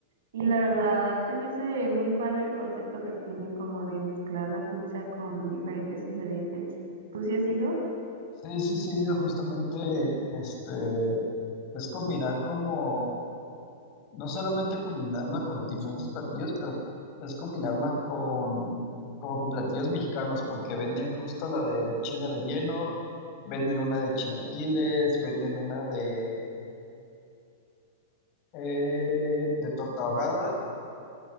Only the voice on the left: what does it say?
Sí, sí, sí, no, justamente este es combinar como, no solamente combinarla con diferentes platillos, pero es combinarla con como con platillos mexicanos, porque venden justo la de chile relleno, venden una de chilaquiles, venden una de eh, de torta ahogada,